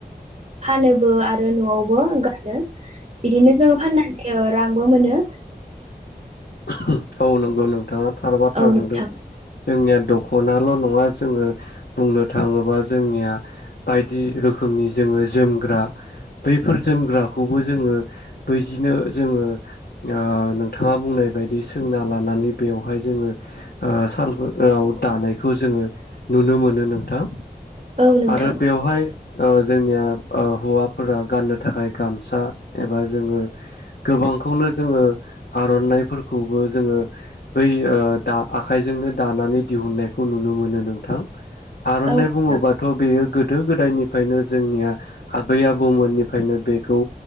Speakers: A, on the right; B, on the left.
A: फानोबो आरो जों न'आवबो गान दों बिदिनो जोङो फाननानै रांबो मोनो
B: औ नंगौ नोंगौ नोंथाङा थार बाथ्रा
A: औ नोंथां
B: बुंदों। जोंनिया दख'नाल' नङा जोङो बुंनो थाङोबा जोंनिया बायदि रोखोमनि जोङो जोमग्रा बैफोर जोमग्राखौबो जोङो बैजिनो जोङो आह नोंथाङा बुंनाय बेबायदि सोंना लानानै बेवहाय जोङो सालाव दानायखौ जोङो नुनो मोनो नोंथां
A: औ नोंथां
B: आरो बेवहाय। जोंनिया हौवाफोरा गाननो थाखाय गामसा एबा जोङो गोबांखौनो जोङो आरनाइफोरखौ खौबो जोङो बै ओ दा आखाइजोंनो दानानै दिहुननायखौ नुनो मोनो नोंथां। आर'नाइ
A: औ नोंथां
B: बुङोबाथ' बेयो गोदो। गोदायनिफ्रायनो जोंनिया आबै आबौमोननिफ्रायनो बेखौ